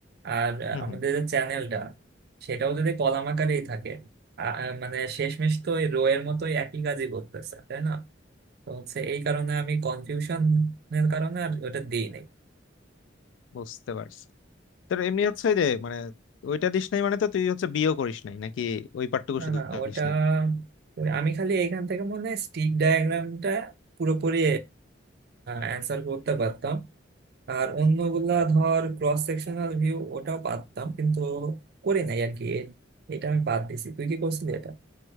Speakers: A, on the right; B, on the left.
A: আর
B: হম
A: আমাদের
B: হম
A: যে চ্যানেলটা সেটাও যদি কলাম আকারেই থাকে আ- আ- মানে শেষমেশ তো ওই রো এর মতোই একই কাজই করতেছে তাই না তো হচ্ছে এই কারণে আমি কনফিউশনের কারণে আর ওটা দিই নাই
B: বুঝতে পারছি তোর এমনি হচ্ছে যে মানে ওইটা দিস নাই মানে তো তুই হচ্ছে বিয়ে করিস নাই নাকি ওই পার্টটুকু
A: না
B: শুধু
A: না ওটা
B: দিস নাই
A: ওই আমি খালি এখান থেকে মনে হয় স্টিক ডায়াগ্রামটা পুরোপুরি অ্যান্সার করতে পারতাম আর অন্যগুলা ধর ক্রস সেকশনাল ভিউ ওটাও পারতাম কিন্তু করি নাই আর কি এ- এটা আমি বাদ দিছি তুই কি করছিলি এটা